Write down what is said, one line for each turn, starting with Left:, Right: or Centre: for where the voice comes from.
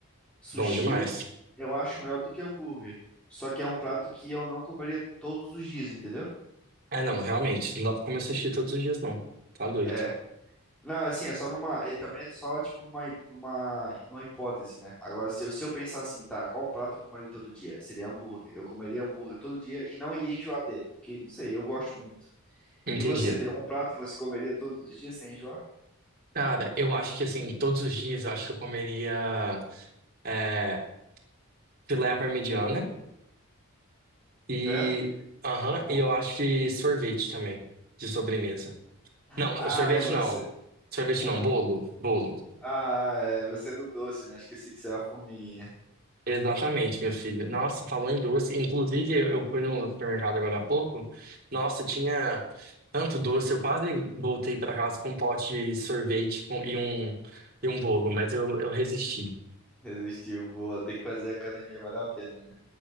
Centre: Sushi
Right: Bom demais.
Centre: eu acho melhor do que hambúrguer. Só que é um prato que eu não comeria todos os dias, entendeu?
Right: É, não, realmente, não dá pra comer sushi todos os dias, não. Tá doido.
Centre: É. Não, assim, é só numa. E também é só, tipo, numa, hi- numa, numa hipótese, né? Agora, se eu, se eu pensar assim, tá, qual prato eu comeria todo dia? Seria hambúrguer. Eu comeria hambúrguer todo dia e não ia enjoar dele, porque, não sei, eu gosto muito.
Right: Entendi.
Centre: E você, tem algum prato que você comeria todos os dias sem enjoar?
Right: Cara, eu acho que, assim, todos os dias eu acho que eu comeria é, filé à parmegiana e,
Centre: É?
Right: aham,
Centre: Muito bom.
Right: e eu acho que sorvete também, de sobremesa.
Centre: Ah,
Right: Não, sorvete
Centre: é você.
Right: não. Sorvete
Centre: Ah,
Right: não, bolo. Bolo.
Centre: ah, é, você é do doce, né? Esqueci que você é uma formiguinha.
Right: Exatamente, meu filho. Nossa, falou em doce. Inclusive, eu fui no supermercado agora há pouco. Nossa, tinha tanto doce. Eu quase voltei para casa com um pote de sorvete com- e um, e um bolo, mas eu, eu resisti.
Centre: Resistiu, boa. Tem que fazer academia, valeu a pena, né?